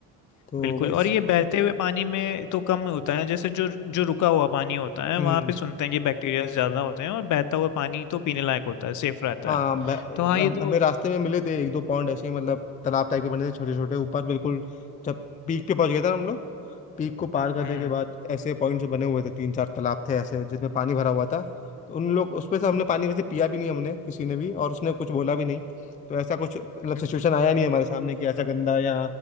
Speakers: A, on the left (about 20°); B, on the left (about 50°).
A: तो
B: बिल्कुल
A: बस
B: और ये बहते हुए पानी में तो कम होता है जैसे जो जो रुका हुआ पानी होता है
A: हम्म
B: वहाँ पे सुनते हैं कि बैक्टीरिया ज्यादा होते हैं और बहता हुआ पानी तो पीने लायक होता है सेफ रहता
A: हाँ
B: है
A: ब-
B: तो हाँ
A: हम-
B: ये तो
A: हमें रास्ते में मिले थे एक दो पॉइंट ऐसे ही मतलब तालाब टाइप के बने थे छोटे छोटे ऊपर बिल्कुल जब पीक पे पहुंच गए थे ना हम लोग पीक को पार करने
B: हम्म
A: के बाद ऐसे पॉइंट्स बने हुए थे तीन चार तालाब थे ऐसे जिसमें पानी भरा हुआ था तो उन लोग उसमें से हमने पानी वैसे पिया भी नहीं हमने किसी ने भी और उसने कुछ बोला भी नहीं तो ऐसा कुछ मतलब
B: हम्म,
A: सिचुएशन आया नहीं हमारे सामने कि ऐसा गंदा या